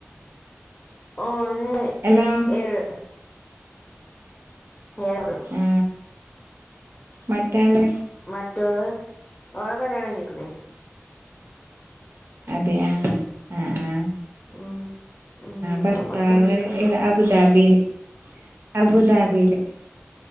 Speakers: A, on the left (about 20°); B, on the right (about 60°).
A: ഓന്
B: ഹലോ
A: ഏഴ് ഏഴത്
B: ആ മറ്റാള്
A: റ്റോള് ഓളെ കല്യാണം കഴിഞ്ഞ്ക്ണ്
B: അതെയ ആഹ്
A: ഉം ഉം
B: ഭർത്താവ്
A: ഓള് പഠിച്ചോണ്ടിരിക്ക
B: ഏത് അബുദാബില് അബുദാബില്